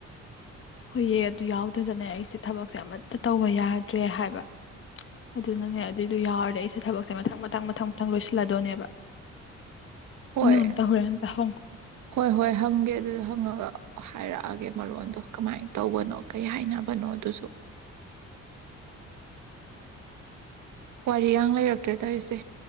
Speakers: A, on the left; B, on the right.
A: ꯍꯣꯏꯌꯦ ꯑꯗꯨ ꯌꯥꯎꯗꯗꯅꯦ ꯑꯩꯁꯦ ꯊꯕꯛꯁꯦ ꯑꯃ ꯇ ꯇꯧꯕ ꯌꯥꯗ꯭ꯔꯦ ꯍꯥꯏꯕ ꯑꯗꯨꯅꯅꯦ ꯑꯗꯨꯏꯗꯣ ꯌꯥꯎꯔꯗꯤ ꯑꯩꯁꯦ ꯊꯕꯛꯁꯦ ꯃꯊꯪ ꯃꯊꯪ ꯃꯊꯪ ꯃꯊꯪ ꯂꯣꯏꯁꯤꯜꯂꯗꯣꯏꯅꯦꯕ
B: ꯍꯣꯏ
A: ꯅꯪ ꯑꯝꯇ ꯍꯣꯔꯦꯟ ꯑꯝꯇ ꯍꯪꯉꯣ
B: ꯍꯣꯏ ꯍꯣꯏ ꯍꯪꯒꯦ ꯑꯗꯨꯗ ꯍꯪꯉꯒ ꯍꯥꯏꯔꯛꯑꯒꯦ ꯃꯔꯣꯟꯗꯣ ꯀꯃꯥꯏꯅ ꯇꯧꯕꯅꯣ ꯀꯩ ꯍꯥꯏꯅꯕꯅꯣ ꯑꯗꯨꯁꯨ ꯋꯥꯔꯤꯌꯥꯡ ꯂꯩꯔꯛꯇ꯭ꯔꯦ ꯇꯧꯔꯤꯁꯦ